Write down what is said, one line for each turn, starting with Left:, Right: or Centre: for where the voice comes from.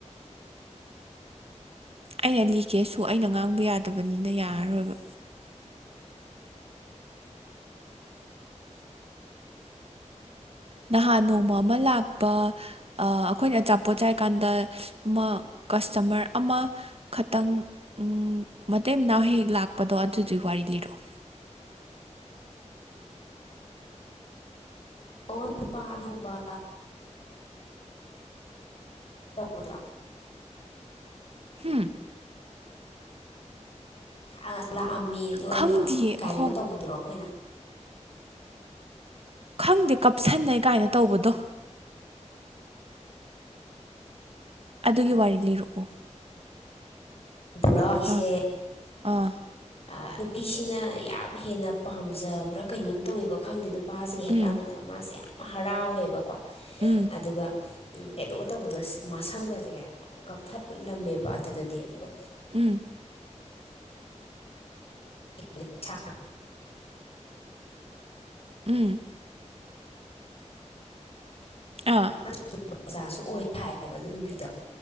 Right: ꯑꯩꯅ ꯂꯤꯒꯦꯁꯨ ꯑꯩꯅ ꯉꯥꯡꯕ ꯌꯥꯗꯕꯅꯤꯅ ꯌꯥꯔꯔꯣꯏꯕ ꯅꯍꯥꯟ ꯅꯣꯡꯃ ꯑꯃ ꯂꯥꯛꯄ ꯑ ꯑꯩꯈꯣꯏꯅ ꯑꯆꯥꯄꯣꯠ ꯆꯥꯏꯀꯥꯟꯗ ꯑꯃ ꯀꯁꯇꯃꯔ ꯑꯃ ꯈꯇꯪ ꯎꯝ ꯃꯇꯩ ꯃꯅꯥꯎ ꯍꯦꯛ ꯍꯦꯛ ꯂꯥꯛꯄꯗꯣ ꯑꯗꯨꯗꯨꯏ ꯋꯥꯔꯤ ꯂꯤꯔꯛꯑꯣ
Left: ꯑꯣ ꯅꯨꯄꯥ ꯑꯅꯧꯕ <unintelligible>
Right: ꯍꯝ
Left: ꯑ ꯂꯥꯛꯑꯝꯃꯤ ꯑꯗꯨ
Right: ꯈꯪꯗꯤꯌꯦ
Left: ꯑꯅ ꯀꯥꯏꯅꯒ
Right: ꯑꯍꯣꯡ
Left: ꯇꯧꯕꯗꯨꯔꯣ ꯑꯩꯈꯣꯏꯅ
Right: ꯈꯪꯗꯦ ꯀꯞꯁꯟꯅꯩ ꯀꯥꯏꯅ ꯇꯧꯕꯗꯣ ꯑꯗꯨꯒꯤ ꯋꯥꯔꯤ ꯂꯤꯔꯛꯑꯣ
Left: ꯄꯨꯔꯥ ꯑꯩꯁꯦ
Right: ꯑꯥ ꯑꯥ
Left: ꯑ ꯅꯨꯄꯤꯁꯤꯅ ꯌꯥꯝ ꯍꯦꯟꯅ ꯄꯥꯝꯖꯕ꯭ꯔꯥ ꯀꯩꯅꯣꯝ ꯇꯧꯋꯦꯕ ꯈꯪꯗꯦ ꯅꯨꯄꯥꯁꯤꯒ ꯍꯦꯛ
Right: ꯎꯝ
Left: ꯂꯥꯡꯃꯤꯟꯅꯕ ꯃꯥꯁꯦ ꯌꯥꯝ ꯍꯔꯥꯎꯋꯦꯕꯀꯣ
Right: ꯎꯝ
Left: ꯑꯗꯨꯒ ꯀꯩꯅꯣꯒ ꯇꯧꯕꯗꯣ ꯃꯁꯝꯒꯁꯦ ꯀꯛꯊꯠꯂꯝꯃꯦꯕ ꯑꯗꯨꯗꯗꯤ ꯑꯗꯨꯒ
Right: ꯎꯝ
Left: <unintelligible> <unintelligible>
Right: ꯎꯝ ꯑꯥ
Left: ꯑꯣꯖꯥꯁꯨ ꯑꯣꯏ ꯍꯥꯏꯌꯦꯕ ꯑꯗꯨ ꯅꯨꯄꯤꯗꯣ